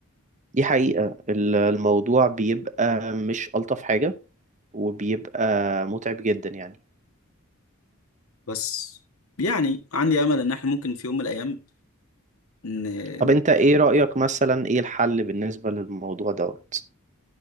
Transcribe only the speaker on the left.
بس يعني عندي امل ان احنا ممكن في يوم من الايام ان